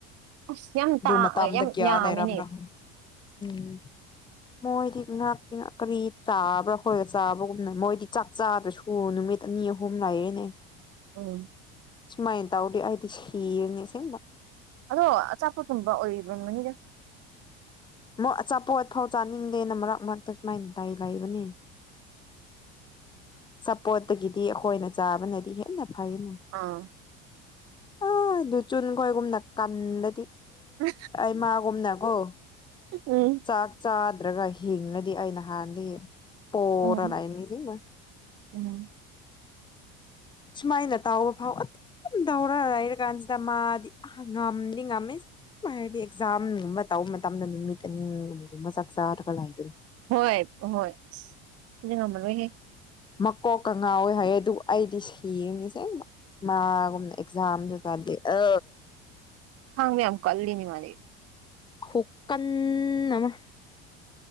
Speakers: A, on the right (about 50°); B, on the left (about 15°).
A: ꯑꯁ ꯌꯥꯝ
B: ꯑꯗꯨꯗꯨ
A: ꯇꯥ
B: ꯃꯇ
A: ꯑ
B: ꯑꯃꯗ
A: ꯌꯥꯝ
B: ꯀꯌꯥ
A: ꯌꯥꯝꯃꯤꯅꯦ
B: ꯂꯩꯔꯝꯔꯣ ꯎꯝ ꯃꯣꯏꯗꯤ ꯉꯥꯛꯇꯤ ꯉ ꯀꯔꯤ ꯆꯥꯕ꯭ꯔꯥ ꯈꯈꯣꯏꯂ ꯆꯥꯕꯒꯨꯝꯅ ꯃꯣꯏꯗꯤ ꯆꯥꯛ ꯆꯥꯗꯁꯨ ꯑꯣ ꯅꯨꯃꯤꯠ ꯑꯅꯤ ꯑꯍꯨꯝ ꯂꯥꯏꯔꯦꯅꯦ
A: ꯎꯝ
B: ꯁꯨꯃꯥꯏꯅ ꯇꯧꯗꯤ ꯑꯩꯗꯤ ꯁꯤꯔꯅꯤ ꯁꯤꯁꯤꯡꯕ
A: ꯑꯗꯣ ꯑꯆꯥꯄꯣꯠ ꯀꯨꯝꯕ ꯑꯣꯏꯔꯤꯕ ꯃꯅꯤꯗ
B: ꯃ ꯑꯆꯥꯄꯣꯠꯐꯥꯎ ꯆꯥꯅꯤꯡꯗꯦꯅ ꯃꯔꯛ ꯃꯔꯛꯇ ꯁꯨꯃꯥꯏꯅ ꯗꯥꯏ ꯂꯥꯏꯏꯕꯅꯤ ꯆꯄꯣꯠꯇꯒꯤꯗꯤ ꯑꯩꯈꯣꯏꯅ ꯆꯥꯕꯅꯗꯤ ꯍꯦꯟꯅ ꯐꯩꯅ
A: ꯑꯥ
B: ꯑ ꯑꯗꯨ ꯆꯨꯟ ꯈꯣꯏꯒꯨꯝꯅꯀꯟꯗꯗꯤ
A: ꯍꯥ
B: ꯃꯥꯒꯨꯝꯅꯀꯣ
A: ꯎꯝ
B: ꯆꯥꯛ ꯆꯥꯗ꯭ꯔꯒ ꯍꯤꯡꯉꯗꯤ ꯑꯩ ꯅꯍꯥꯟꯗꯤ ꯄꯔ
A: ꯎꯝ
B: ꯂ ꯏꯅꯤꯁꯤꯕ
A: ꯎꯝ
B: ꯁꯨꯃꯥꯏꯅ ꯇꯑꯣ ꯐꯥꯎ ꯑꯗꯨꯝ ꯇꯧꯔ ꯂꯩꯔ ꯀꯥꯟꯁꯤꯗ ꯃꯥꯗꯤ ꯉꯝꯅꯤ ꯉꯝꯃꯤ ꯍꯥꯏꯗꯤ ꯑꯦꯛꯖꯥꯝꯒꯨꯝꯕ ꯇꯧꯕ ꯃꯇꯝꯗ ꯅꯨꯃꯤꯠ ꯑꯅꯤꯒꯨꯝꯕꯒꯨꯝꯕ ꯆꯥꯛ ꯆꯔꯒ ꯂꯒꯅꯤ
A: ꯍꯣꯏ ꯍꯣꯏ ꯑꯁ ꯁꯤꯗꯤ ꯉꯝꯃꯔꯣꯏꯍꯦ
B: ꯃꯀꯣꯛ ꯀꯉꯥꯎꯋꯦ ꯍꯥꯏꯌꯦ ꯑꯗꯨ ꯑꯩꯗꯤ ꯁꯦꯡꯅꯤꯁꯦ ꯃꯥꯒꯨꯝꯅ ꯑꯦꯛꯖꯥꯝꯁꯨ ꯆꯥꯗꯦ ꯑ
A: ꯈꯥꯡꯕ ꯌꯥꯝ ꯀꯜꯂꯤꯅꯦ ꯃꯥꯗꯤ
B: ꯍꯨꯀꯟꯅ ꯑꯃ